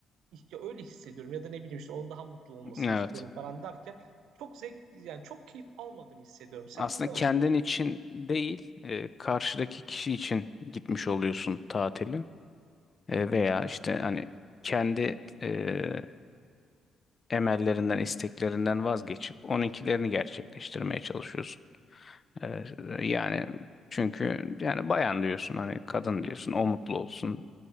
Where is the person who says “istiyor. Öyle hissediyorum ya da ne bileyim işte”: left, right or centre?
Right